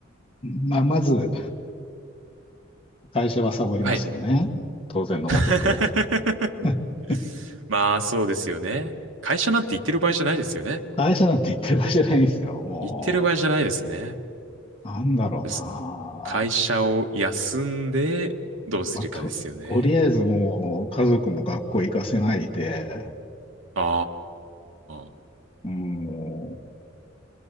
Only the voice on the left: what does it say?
ん。まあ、まず、会社はサボりますよね。
当然のごとく。
<laughs>
会社なんて言ってる場合じゃないんですよ。も
う、なんだろうな。
まあ、と、とりあえずもう家族も学校行かせないで、
うんもう、